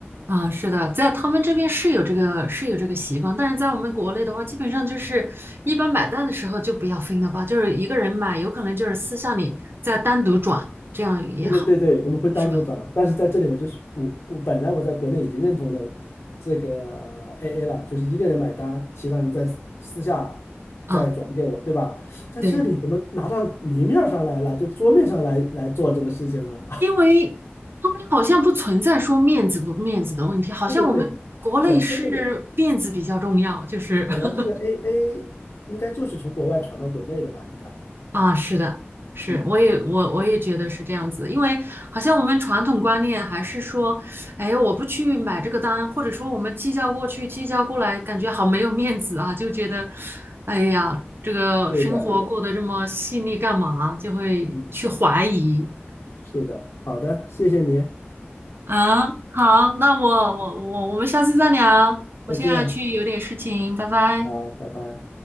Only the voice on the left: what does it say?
对对对对，我们会单独转，
但是在这里我就是我我本来我在国内已经认同了这个 AA 了，就是一个人买单，其他人在私私下
再转给我，对吧？在这里怎么拿到明面儿上来了，
就桌面上来来做这个事情了？
<laughs>
对对对，本身这个。
本来这个 AA 应该就是从国外传到国内的吧？应该，
嗯，
对的，
嗯，是的，好的，谢谢你，
再见，
好，拜拜。